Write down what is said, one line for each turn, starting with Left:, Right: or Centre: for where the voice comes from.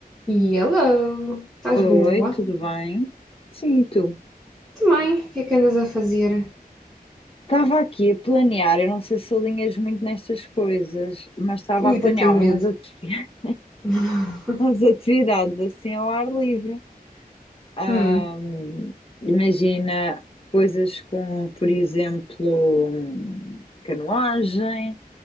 Centre: Hello, estás
Left: Oi,
Centre: boa?
Left: tudo bem? Sim, e tu?
Centre: Também, o que é que andas a fazer?
Left: Estava aqui a planear, eu não sei se alinhas muito nestas coisas, mas estava
Centre: Ui,
Left: a planear
Centre: até tenho medo.
Left: umas, ati- <laughs>
Centre: <laughs>
Left: umas atividades assim ao ar livre. Ahm,
Centre: Hum,
Left: imagina coisas como, por exemplo, hum, canoagem,